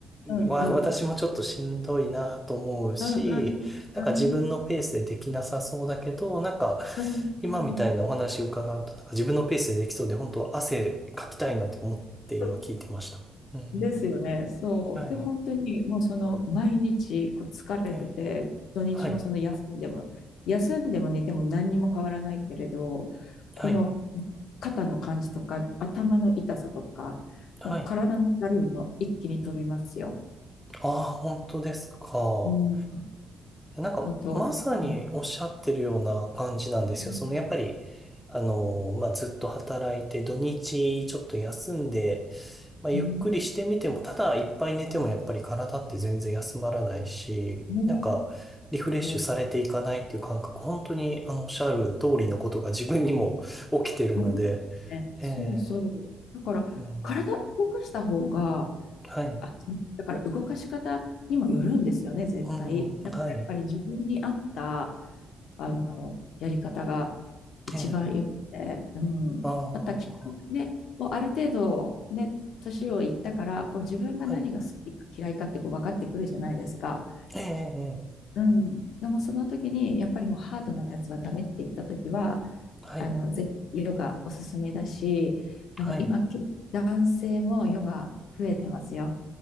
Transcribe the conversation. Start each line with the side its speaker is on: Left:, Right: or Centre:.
Left: うんうん。
Centre: は私もちょっとしんどいなと思うし、
Left: うんうん。
Centre: なんか自分のペースでできなさそうだけど、
Left: うん
Centre: なんか
Left: うん。
Centre: 今みたいなお話伺うと、
Left: う
Centre: なんか自分のペースでできそうで、本当汗かきたいなって思って今聞いてました。
Left: ん
Centre: うん。
Left: ですよね。そう。
Centre: はい。
Left: で、本当にもうその毎日こう疲れてて、
Centre: はい。
Left: 土日もその休んでも、
Centre: はい。
Left: 休んでも寝ても何にも変わらないけれど、
Centre: はい。
Left: この肩の感じとか頭の痛さとか、
Centre: はい。
Left: もう体のだるいの一気に飛びますよ。
Centre: ああ、本当ですか。
Left: うん。
Centre: やなんか、
Left: 本当。
Centre: まさにおっしゃってるような感じなんですよ。
Left: うん。
Centre: その、やっぱり、あの、まあ、ずっと働いて、土日ちょっと休んで、まあ、ゆっくりしてみても、
Left: うん。
Centre: ただいっぱい寝てもやっぱり体って全然休まらないし、
Left: ねえ。
Centre: なんか、リフレッシュされていかないっていう感覚、
Left: そ
Centre: 本当に、あの、おっしゃる通りのことが自分にも <laughs> 起きてるので、
Left: うあれね。
Centre: ええ
Left: そうそう。だから、
Centre: うん、
Left: 体動かした方が、
Centre: はい、
Left: あ、だから動かし方にもよるんですよね、絶対。
Centre: うん、
Left: だからやっぱり自分に合った、
Centre: はい、
Left: あの、やり方が一番よくて、
Centre: ええ
Left: うん。
Centre: ああ、
Left: またきっとね、もうある程度ね、年をいったから、こう自分が何が好きか嫌いかってこう分かってくるじゃないですか。
Centre: はい、ええええ
Left: うん。でもその時に、やっぱりもうハードなやつはダメって言った時は、
Centre: はい、
Left: あの、ぜひヨガおすすめだし、
Centre: はい。
Left: あの、今、結構男性もヨガ増えてますよ。